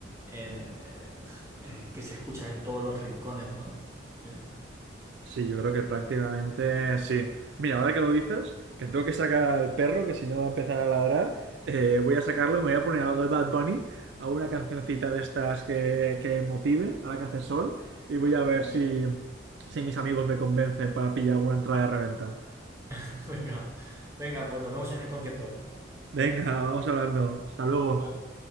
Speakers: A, on the right; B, on the right.
A: en- en- en- eh, que se escucha en todos los rincones, ¿no? Sí.
B: Sí, yo creo que prácticamente sí. Mira, ahora que lo dices, que tengo que sacar al perro, que si no va a empezar a ladrar, eh, voy a sacarlo y me voy a poner algo de Bad Bunny, a una cancioncita de estas que, que motive, ahora que hace sol, y voy a ver
A: Vale.
B: si, si mis amigos me convencen para pillar alguna entrada de reventa.
A: <laughs> Venga, venga, pues nos vemos en el concierto.
B: Venga, vamos hablando. Hasta luego.
A: Chao.